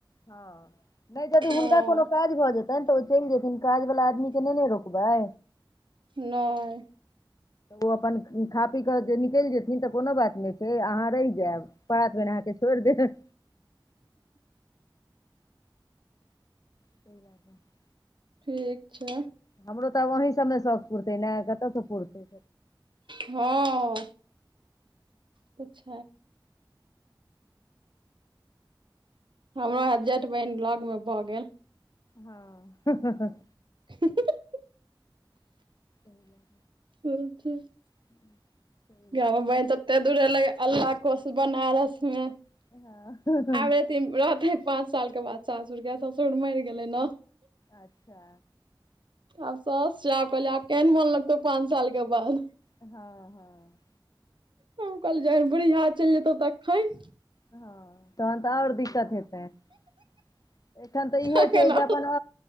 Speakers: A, on the left; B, on the right.
A: हँ नई जदि
B: हँ
A: हुनका कोनो काज, भ जेतैन त ओ चइल जेतन काज वाला आदमी के नई ना रोकबै।
B: नए,
A: ओ अपन खा पी क जे निकइल जेथिन त कोनो बात नए छै अहाँ रहि जैब। प्रात भने अहाँके छोइर देत त, <inaudible>
B: ठीक छै।
A: हमरो त ब अहीं सभमे शौक पुरतै ने कतयसँ पुरतयै।
B: हँ। कुछ, हमरो जेठ बैर में बिया ब भ गेल।
A: हँ, हं- हं-हं।
B: हुं हूं ह
A: बात
B: <inaudible>
A: <inaudible>
B: गे हमर तते दूर रोले ये अल्लाह कोसी बनारस में।
A: <inaudible>
B: एथिन एथि पाँच साल के बाद सासुर गेल ससुर मइल गेलै ना।
A: अच्छा।
B: आब साउस जै कोला आब केहन मोन लगतय पाँच साल के बाद।
A: हँ-हँ।
B: हम काइल जाई बुढ़िया चइल जेतै तैखन।
A: हँ। तहन त आओर दिक्कत हेतैन------एखन त इहो
B: तखन
A: छै जे अपन आ,